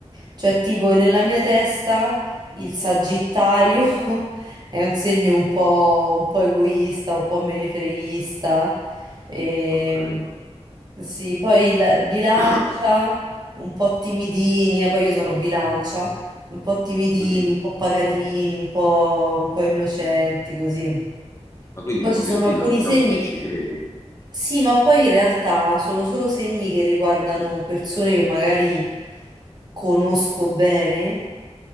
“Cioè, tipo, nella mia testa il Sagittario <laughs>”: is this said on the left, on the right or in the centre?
Right